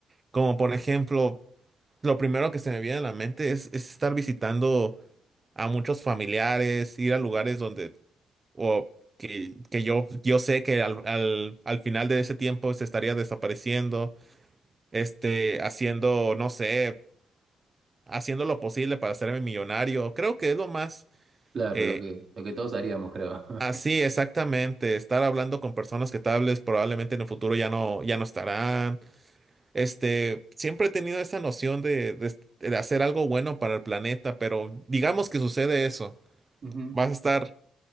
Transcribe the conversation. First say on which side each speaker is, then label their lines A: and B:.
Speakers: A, on the right; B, on the right.
A: como por ejemplo, lo primero que se me viene a la mente es, es estar visitando a muchos familiares, ir a lugares donde o que, que yo yo sé que al, al al final de ese tiempo se estaría desapareciendo este, haciendo, no sé, haciendo lo posible para hacerme millonario. Creo que es lo más
B: Claro,
A: eh,
B: lo que, lo que todos haríamos, creo. <laughs>
A: así exactamente, estar hablando con personas que tal vez probablemente en el futuro ya no, ya no estarán. Este, siempre he tenido esa noción de, de- de hacer algo bueno para el planeta, pero digamos que sucede eso.
B: Ujú.
A: Vas a estar,